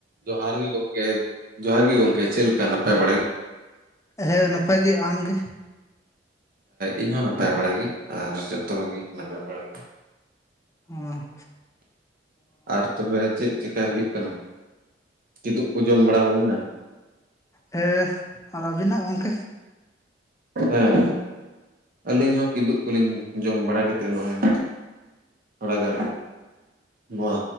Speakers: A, on the right; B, on the left.
A: ᱡᱚᱦᱟᱨ ᱜᱮ ᱜᱚᱢᱠᱮ ᱡᱚᱦᱟᱨ ᱜᱮ ᱜᱚᱝᱠᱮ ᱪᱮᱫ ᱞᱮᱠᱟ ᱱᱟᱯᱟᱭ ᱵᱟᱲᱟ ᱜᱮ?
B: ᱦᱮ ᱱᱟᱯᱟᱭ ᱜᱮ ᱟᱢ ᱜᱮ᱾
A: ᱤᱧ ᱦᱚᱸ ᱱᱟᱯᱟᱭ ᱵᱟᱲᱟ ᱜᱮ ᱟᱨ ᱡᱚᱛᱚ ᱠᱚᱜᱮ ᱱᱟᱯᱟᱭ ᱵᱟᱲᱟ ᱜᱮ᱾
B: ᱦᱩᱸ᱾
A: ᱟᱨ ᱛᱚᱵᱮ ᱪᱮᱫ ᱪᱮᱠᱟᱭ ᱦᱩᱭᱩᱜ ᱠᱟᱱᱟ, ᱠᱤᱫᱩᱜ ᱠᱚ ᱡᱚᱢ ᱵᱟᱲᱟ ᱦᱩᱭᱱᱟ?
B: ᱦᱮ ᱟᱨ ᱟᱹᱵᱤᱱᱟᱜ ᱜᱚᱢᱠᱮ?
A: ᱦᱮᱸ ᱟᱹᱞᱤᱧ ᱦᱚᱸ ᱠᱤᱫᱩᱵ ᱠᱚᱞᱤᱧ ᱡᱚᱢ ᱵᱟᱲᱟ ᱠᱟᱛᱮᱫ ᱱᱚᱜᱼᱚᱭ ᱛᱷᱚᱲᱟᱜᱟᱱ ᱱᱚᱣᱟ